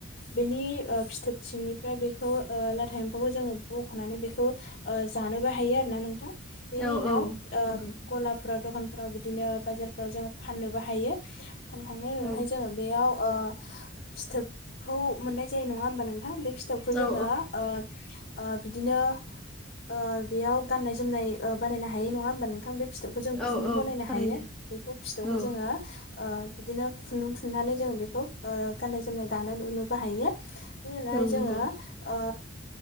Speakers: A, on the left (about 50°); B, in the centre.
A: बेनि ओ फिथोब सिंनिफ्राय बेखौ ओ लाथा एम्फौखौ जोङो बख'नानै बेखौ ओ जानोबो हायो आरोना नोंथां बेनि
B: औ
A: उनाव
B: औ
A: ओ
B: नंगौ
A: गलाब फ्राव दखानफ्राव बिदिनो बाजारफोराव जों फाननोबो हायो फानखांनायनि उनावहाय
B: औ
A: बेयाव ओ फिथोबखौ मोननाय जायो नङा हबा नोंथां? बे फिथोबखौ जोङो
B: औ
A: ओ ओ बिदिनो ओ बेयाव गाननाय जोमनाय ओ बानायनो हायो नङा होमबा नोंथां? बे फि थोबखौ जों
B: औ
A: खुन्दुं
B: औ
A: बनायनो
B: थारैनो
A: हायो बेखौ फिथोबखौ
B: औ
A: जोङो ओ बिदिनो खुन्दुं थु नानै जोङो बेखौ ओ गाननाय जोमनाय दानो लुनोबो हायो। बिनि उनावहाय
B: औ नंगौ
A: जोङो ओ